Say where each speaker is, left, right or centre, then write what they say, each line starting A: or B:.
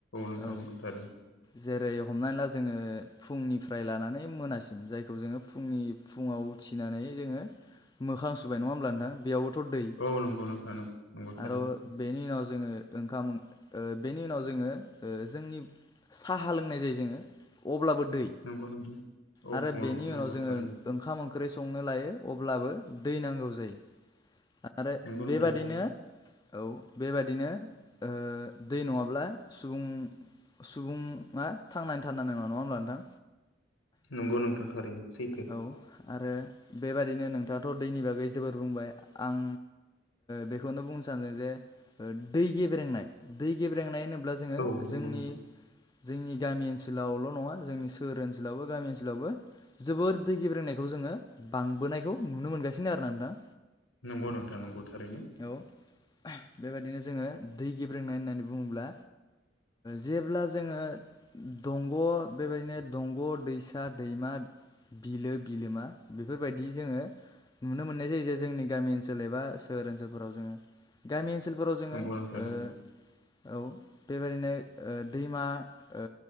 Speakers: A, on the left (about 80°); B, on the left (about 20°).
A: नोंथां
B: औ
A: नंगौ थारैनो
B: जेरै हमनानै ला जोङो फुंनिफ्राय लानानै मोनासिम जायखौ जोङो फुंनि फुङाव उथिनानै जोङो मोखां सुबाय नङा होमब्ला नोंथां बेयाव बोथ' दै
A: औ नंगौ नोंथां नंगौ नंगौ थारैनो
B: आरो बेनि उनाव जोङो ओंखाम बेनि उनाव जोङो जोंनि साहा लोंनाय जायो जोङो अब्लाबो दै
A: नंगौ नोंथां औ
B: आरो
A: औ
B: बेनि
A: नंगौ
B: उनाव जोङो
A: थारैनो
B: ओंखाम ओंख्रि संनो लायो अब्लाबो दै नांगौ जायो। आरो
A: नंगौ नोंथां
B: बेबादिनो
A: थारैनो
B: औ बेबादिनो ओ दै नङाब्ला सुबुं सुबुङा थांनानै थानो हानाय नङा, नङा होमब्ला नोंथां?
A: नंगौ नोंथां थारैनो सैथो।
B: औ आरो बेबायदिनो नोंथाङाथ' दैनि बागै जोबोर बुंबाय आं बेखौनो बुंनो सानदों जे दै गेब्रेंनाय दै गेब्रेंनाय होनो- ब्ला जोङो
A: औ नंगौ
B: जोंनि
A: नोंथां
B: जोंनि गामि ओनसोलावल' नङा जोंनि सोहोर ओनसोलावबो गामि ओनसोलावबो जोबोर दै गेब्रेंनायखौ जोङो बांबोनायखौ नुनो मोनगासिनो आरोना नोंथां।
A: नंगौ नोंथां नंगौ थारैनो।
B: औ बेबादिनो जोङो दै गेब्रेंनाय होननानै बुङोब्ला जेब्ला जोङो दंग' बेबायदिनो दंग' दैसा दैमा। बिलो बिलोमा बेफोरबायदि जोङो नुनो मोननाय जायो जे जोंनि गामि ओनसोल एबा। सोहोर ओनसोलफोराव जोङो गामि ओनसोलफोराव जोङो
A: नंगौ नोंथां
B: ओ
A: नंगौ
B: औ। बेबायदिनो ओ दैमा ओ